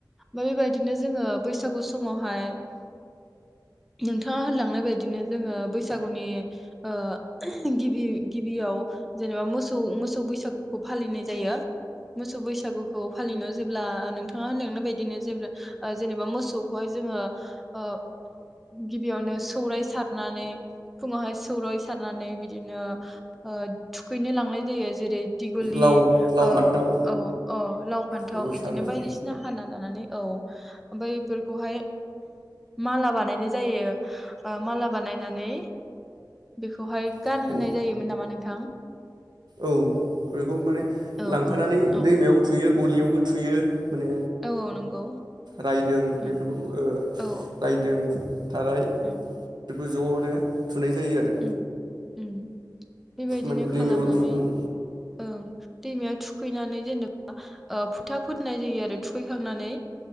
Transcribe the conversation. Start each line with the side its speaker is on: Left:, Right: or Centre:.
Centre: बैबायदिनो जोंङो बैसागु समावहाय नोंथाङा होनलांनायबादिनो जोंङो बैसागुनि ओ गिबि गिबियाव जेनेबा मौसौ मोसौ बैसागुखौ फालिनाय जायो। मोसौ बैसा गुखौ फालिनायाव जेब्ला नोंथाङा होनलांनाय बादिनो जेब्ला ओ जेनेबा मोसौखौहाय जोङो ओ गिबियावनो सौराय सारनानै फुङावहाय सौराय सारनानै बिदिनो ओ थुखैनो लांनाय जायो। जेरै दिगुलि
Right: लाव लाव
Centre: ओ
Right: फान्थाव
Centre: औ औ लाव फान्थाव
Right: बेखौ
Centre: इदिनो
Right: सारनानै
Centre: बायदिसिना हाना लानानै औ ओमफाय इफोरखौहाय माला बानायनाय जायो ओ माला बानायनानै बेखौहाय
Right: औ
Centre: गानहोनाय जायोमोन नामा नोंथां? <inaudible>
Right: औ बेखौ माने
Centre: औ
Right: लांफानानै
Centre: औ औ
Right: दैमायाव थुयो। गलियावबो थुयो। माने
Centre: औ औ नंगौ
Right: रायदों
Centre: ओं
Right: बेफोरखौ ओ
Centre: औ
Right: रायदों थाराय
Centre: ओं
Right: बेफोरखौ ज'नो थुनाय जायो आरो
Centre: उम उम बेबायदिनो
Right: माने दैमायाव
Centre: खालामनानै
Right: लांफानानै
Centre: ओं दैमाया थु फैनानै जेनेबा ओ फुथा फोननाय जायो आरो थुखैखांनानै